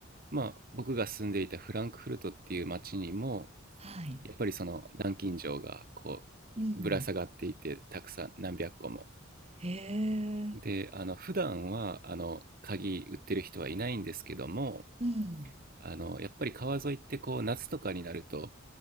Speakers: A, on the right (about 45°); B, on the right (about 30°).
A: まあ、僕が住んでいたフランクフルトっていう町にも、
B: はい、
A: やっぱりその、南京錠が、こ
B: うん。
A: う、ぶら下がっていて、たくさん、何百個も。
B: へえ、
A: で、あの、普段は、あの、鍵売ってる人はいないんですけども、
B: うん、
A: あの、やっぱり川沿いってこう夏とかになると